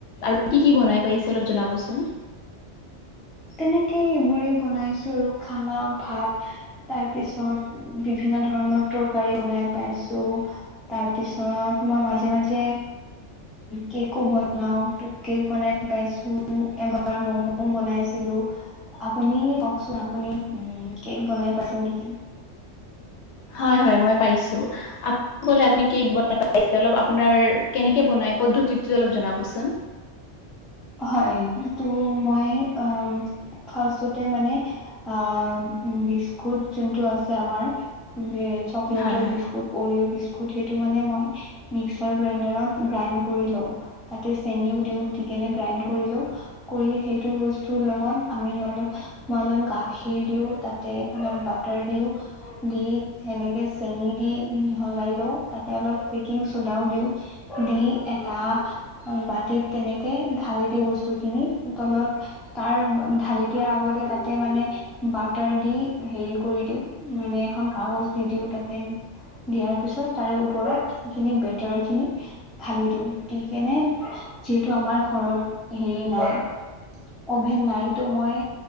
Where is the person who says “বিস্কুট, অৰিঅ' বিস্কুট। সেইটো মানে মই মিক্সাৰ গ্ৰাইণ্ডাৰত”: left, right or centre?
Centre